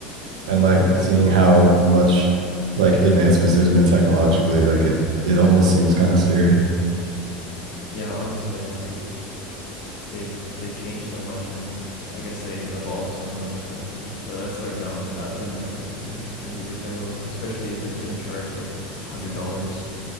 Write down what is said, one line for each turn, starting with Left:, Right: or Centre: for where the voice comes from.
Right: and like
Left: Okay.
Right: seeing how much like advancements there's been technologically, like it it almost seems kind of scary.
Left: Yeah, honestly, like they've they've changed so much and I guess they evolved so much. Uh, but that's like bound to happen, I guess, for for newer titles, especially if they're gonna charge like $100